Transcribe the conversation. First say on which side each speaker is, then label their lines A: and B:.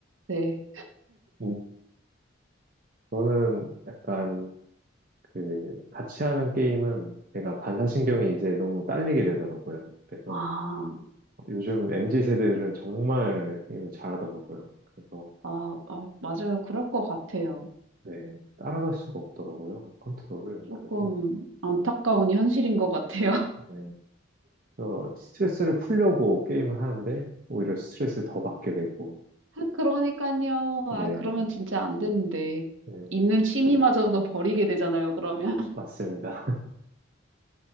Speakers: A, on the right; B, on the right.
A: 네.
B: 음, 저는 약간 그 같이 하는 게임은 제가 반사신경이 이제 너무 딸리게 되더라고요. 그래서
A: 아,
B: 요즘 MZ 세대들은 정말 게임을 잘하더라고요. 그래서
A: 아, 아, 맞아요. 그럴 것 같아요.
B: 네, 따라갈 수가 없더라고요, 컨트롤을.
A: 조금
B: 그래서,
A: 안타까운 현실인 것 같아요. <laughs>
B: 네. 그래서 스트레스를 풀려고 게임을 하는데, 오히려 스트레스를 더 받게 되고,
A: 그러니까요. 아,
B: 네,
A: 그러면 진짜 안 되는데.
B: 네,
A: 있는 취미마저도 버리게 되잖아요, 그러면.
B: 맞습니다.